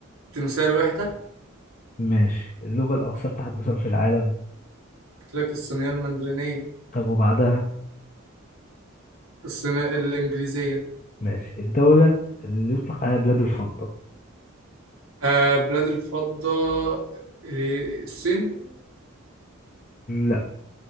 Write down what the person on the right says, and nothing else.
تمثال وحدة
قلت لك الصينية المندرينية
الصينية الإنجليزية
آه بلاد الفضة اللي- الصين